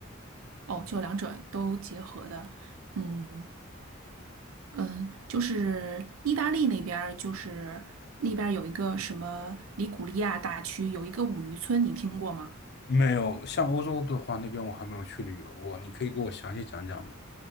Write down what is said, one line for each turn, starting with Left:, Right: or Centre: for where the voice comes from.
Right: 哦，就两者都结合的。嗯嗯，就是意大利那边儿就是那边儿有一个什么里古利亚大区，有一个五渔村，你听过吗？
Left: 没有，像欧洲的话，那边我还没有去旅游过，你可以给我详细讲讲吗？